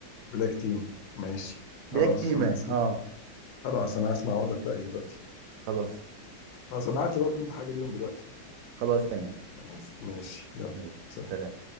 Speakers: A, on the left; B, on the right.
A: بلاك تيم ماشي
B: بلاك
A: خلاص
B: تيما
A: انا اسمع
B: اه
A: خلاص انا اسمع اقول لك رايي دلوقتي
B: خلاص
A: خلاص ابعت لي برضو انت حاجه ليهم دلوقتي
B: خلاص تمام
A: خلاص ماشي يلا
B: ماشي
A: سلام
B: سلام